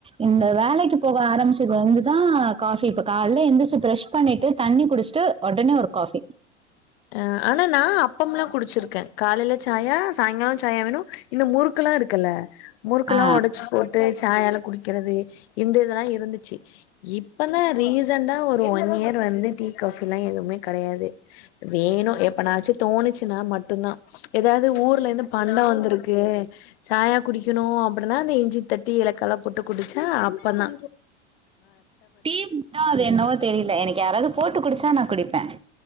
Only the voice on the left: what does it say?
அஹ் ஆனா நான் அப்பம் எல்லாம் குடிச்சிருக்கேன் காலையில சாயா சாயங்காலம் சாயா வேணும் இந்த முறுக்கெல்லாம் இருக்குல்ல முறுக்கெல்லா
ஒடச்சு போட்டு சாயால குடிக்குறது இந்த இதெல்லா இருந்துச்சு இப்பதா ரீ ரிசெண்டா ஒரு ஒன் இயர் வந்து டீ காபி எல்லா எதுவுமே கெடயாது வேணு எப்பனாச்சு தோணுச்சுன்னா மட்டும்தா ஏதாவது ஊர்ல இருந்து பண்ட வந்திருக்கு சாயா குடிக்கணு அப்டினா அந்த இஞ்சி தட்டி ஏலக்க எல்லா போட்டு குடிச்சே அப்பதா